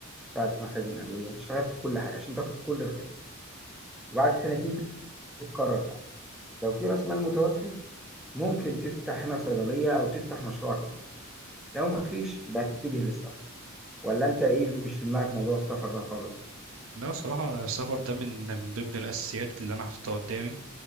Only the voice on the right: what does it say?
لا صراحة السفر ده من من ضمن الأساسيات اللي أنا حاططها قدامي